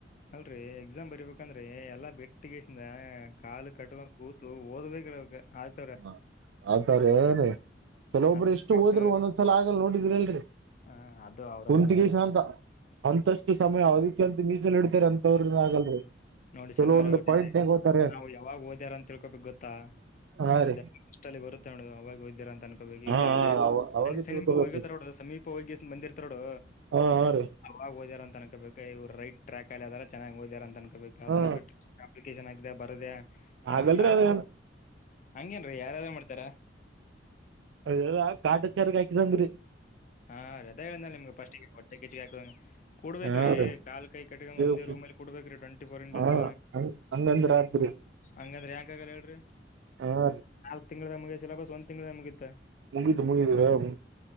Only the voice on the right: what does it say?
ಹ ಅತಾರೆ ಏನ. ಕೆಲವೊಬ್ರು
ಎಷ್ಟು
ಹೋದರು ಒಂದೊಂದ್ಸಲ ಆಗಲ್ ನೋಡಿದ್ರಿ ಅಲ್ರರಿ.
ಕುಂತಿಗೆ
ಶಾಂತ ಅಂತಷ್ಟು ಸಮಯ ಅದಕ್ಕೆ ಅಂತ ಸಲ್ ಇಡ್ತಾರ ಅಂತವ್ರನ್ ಆಗಲ್ರಿ
ಕೆಲವೊಂದು
ಪಾಯಿಂಟ್ ನೆಗೋತಾರೆ
ಹಾ
ರೀ
ಹಾ
ಅವಾಗ
ತಿಳ್ಕೊಬೇಕ್ರಿ
ಹಾ ಹಾ ರೀ
ಹಾ
ಆಗಲ್ರಿ ಅದ
ಅಲ್ಲ ಕಾಟಚಾರಗ ಹಾಕಿದಂಗ್ರೀ
ಹಾ
ರೀ
ಹಾ
ಹಂಗಂದ್ರ ಆತ್ರಿ
ಹಾ ರೀ
ಮುಗಿತು ಮುಂಗಿದರ ಮು